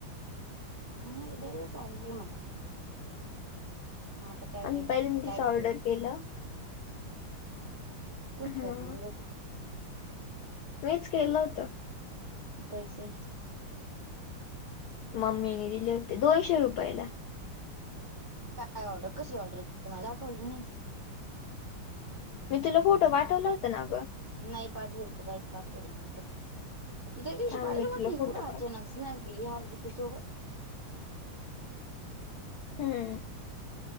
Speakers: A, on the right; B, on the left.
A: मग एक दरवेस आलेले आहे म म आता काय
B: आम्ही
A: बाई
B: पहिल्यांदाच
A: आता काय बोलू
B: ऑर्डर केलं
A: कुणी
B: हा
A: करून दिल
B: मीच केलं होत.
A: पैसे
B: मम्मीने दिले होते दोनशे रुपयाला
A: प ऑर्डर कशी ऑर्डर मला दाखवली नाही.
B: मी तुला फोटो पाठवलं होतं ना गं
A: नाही पाठवल तू काहीच पाठवल नव्हत. तू त्या दिवशी
B: थांब
A: पाहिलं
B: मी
A: म्हटली
B: तुला फोटो
A: कुठं
B: पाठ
A: अचानक नाही गेिहा सोबत
B: हम्म